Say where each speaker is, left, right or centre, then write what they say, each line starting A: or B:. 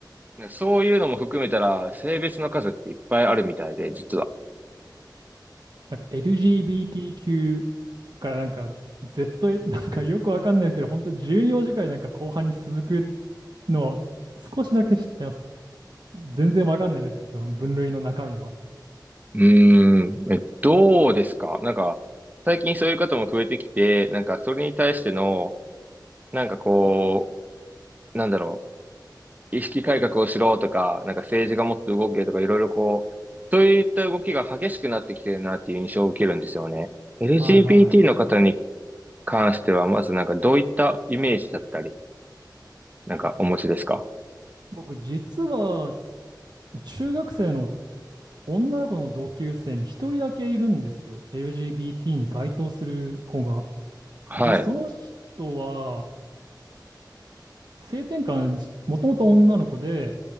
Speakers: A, on the right; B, on the right.
A: ねそういうのも含めたら、性別の数っていっぱいあるみたいで、実は。
B: なんか LGBTQ からなんか Z、なんかよくわかんないですけど、本当12文字くらいなんか後半に続くのを少しだけ知ってます。全然わかんないですけど、その分類の中身は。
A: うーん、え、どうですかなんか、最近そういう方も増えてきて、なんか、それに対しての、なんかこう、なんだろう、意識改革をしろとか、なんか政治がもっと動けとか、いろいろこう、そういった動きが激しくなってきてるなっていう印象を受けるんですよね。LGBT
B: はいはい。
A: の方に関しては、まずなんか、どういったイメージだったり、なんか、お持ちですか
B: 僕、実は、中学生の女の子の同級生に一人だけいるんですよ。LGBT に該当する子が。
A: はい、
B: で、その人は、性転換し、もともと女の子で、